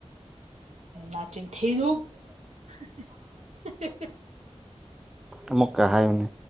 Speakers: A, on the right; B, in the centre.
A: ꯅꯆꯤꯟ ꯊꯤꯅꯨ <inaudible> ꯍ ꯍ
B: <inaudible> ꯑꯃꯨꯀ ꯍꯥꯏꯌꯨꯅꯦ